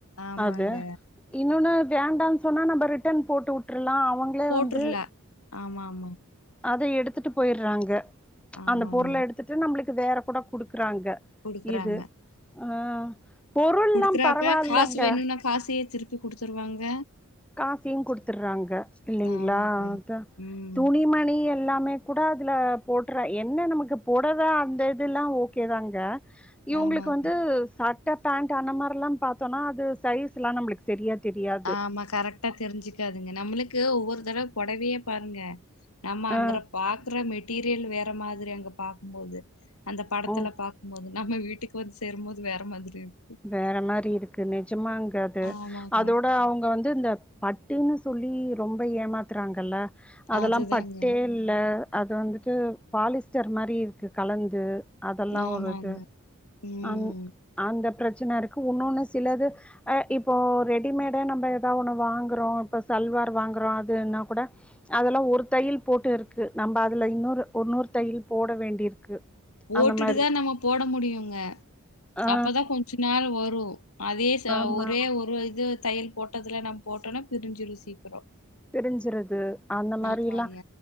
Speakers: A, on the left (about 80°); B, in the centre.
A: ஆமாங்க
B: அது இன்னொன்னு வேண்டாம்னு சொன்னா நம்ம ரிட்டர்ன் போட்டு விட்டுருலாம் அவங் ளே
A: போட்ருல
B: வந்து
A: ஆமா ஆமா
B: ஆ அத எடுத்துட்டு போயற்றாங்க
A: ஆமாங்க
B: அந்த பொருள எடுத்துட்டு நம்மளுக்கு வேற கூட குடுக்குறாங்க
A: குடுக்குறாங்க
B: இது ஆ பொருள்லா
A: குடுக்குறாப்ப
B: பரவால்லங்க
A: காசு வேணுனா காசையே திருப்பி குடுத்துருவாங்க
B: காசையு குடுத்துற்றாங்க இல்லிங்ளா
A: ஆமாங்க.
B: அதா
A: ம்.
B: துணிமணி எல் எல்லாமே கூட அதுல போட்டுற்ற என்ன நமக்கு பொடவ அந்த இது எல்லா ஓகே தாங்க இவுங்ளுக்கு
A: ஆமாங்க.
B: வந்து சட்ட பேண்ட்டு அன்ன மாரெல்லாம் பாத்தோன்னா அது சைஸ் எல்லா நம்மளுக்கு சரியா தெரியா
A: ஆமா கரெக்டா தெரிஞ்சிக்காதுங்க நம்மளுக்கு ஒவ்வொரு தடவ பொடவையே பாருங்க நம்ம
B: ஆ
A: அங்கற பாக்குற மெட்டீரியல் வேற மாதிரி அங்க பாக்கும்போது அந்த படத்துல
B: ம்
A: பாக்கும்போது நம்ம வீட்டுக்கு வந்து சேரும்போது வேற மாதிரி இரு
B: வேற மாரி இருக்கு நிஜமாங்க அது
A: ஆமாங்க.
B: அதோட அவங்க வந் து இந்த பட்டுன்னு சொல்லி ரொம்ப ஏமாத்துறாங்கல்ல அதெல்லாம்
A: அதுதாங்க.
B: பட்டே இல்ல அது வந்துட்டு பாலிஸ்டர் மாதிரி இருக்கு கலந்து அதெல்லாம்
A: ஆமாங்க.
B: ஒருது
A: ம்.
B: அ அந்த பிரச்சன இருக்கு ஒன்னொ ஒன்னு சிலது அ இப்போ ரெடிமேட நம்ம ஏதாவது ஒண்ணு வாங்குறோம் இப்ப சல்வார் வாங்குறோம் அதுனா கூட அதெல்லா ஒரு தையல் போட்டு இருக்கு நம்ம அதுல இன்னொரு ஒருன்னூறு தையல் போட வேண்டியிருக்கு
A: போட்டுட்டு
B: அந்த மாரி
A: தான் நம்ம போட முடியுங்க
B: ஆ
A: அப்பதான் கொஞ்ச நாள் வரும் அதே சா
B: ஆமா
A: ஒரே ஒரு இது தையல் போட்டதுல நா போட்டோம்னா பிரிஞ்சுரு சீக்கிரம்
B: பிரிஞ்சறது அந்த மாரி
A: ஆமாங்க.
B: எல்லாம்